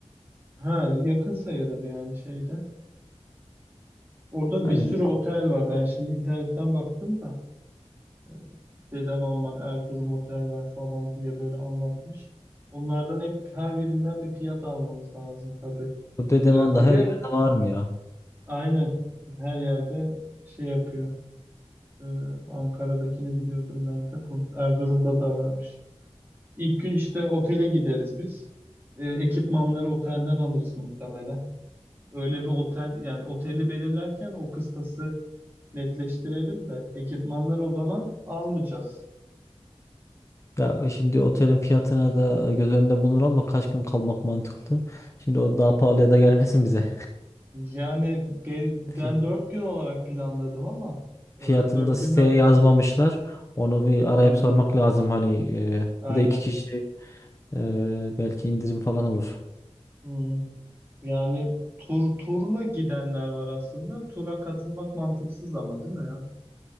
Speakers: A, on the right; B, on the left.
A: Ha, yakın sayılır yani şeyde. Orada
B: Aynen
A: bir sürü otel var. Ben şimdi internetten baktım da e, Dedem var, Erzurum Otel var falan diye böyle anlatmış. Onlardan hep her birinden bir fiyat almamız lazım tabii.
B: bu Dedeman
A: E, bir
B: da her
A: de
B: yerde var mı ya?
A: Aynen. Her yerde şey yapıyor. Ee, Ankara'dakini biliyordum ben de. Bu Erzurum'da da varmış. İlk gün işte otele gideriz biz. Ee, ekipmanları otelden alırız muhtemelen. Öyle bir otel yani oteli belirlerken o kıstası netleştirelim de ekipmanları o zaman almayacağız.
B: Ya şimdi otelin fiyatına da göz önünde bulunur da kaç gün kalmak mantıklı. Şimdi o daha pahalıya da gelmesin bize.
A: Yani ben,
B: Fi-
A: ben dört gün olarak planladım ama e,
B: Fiyatını
A: dört
B: da siteye
A: günden
B: yazmamışlar. Onu bir arayıp
A: hmm,
B: sormak lazım hani e,
A: aynen
B: bir de iki kişi e, belki indirim falan olur.
A: Hmm. Yani tur turla gidenler var aslında. Tura katılmak mantıksız ama değil mi ya?